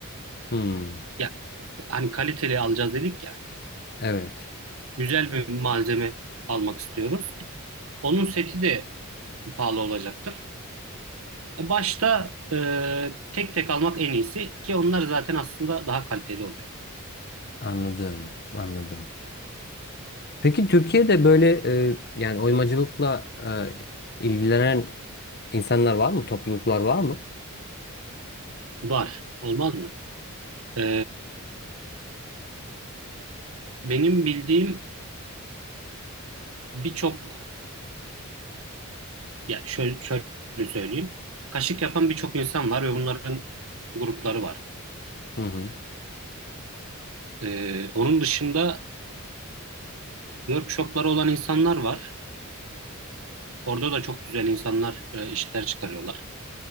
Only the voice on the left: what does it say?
Hmm.
Evet,
anladım, anladım. Peki Türkiye'de böyle e, yani oymacılıkla e, ilgilenen insanlar var mı? Topluluklar var mı?
Hı hı,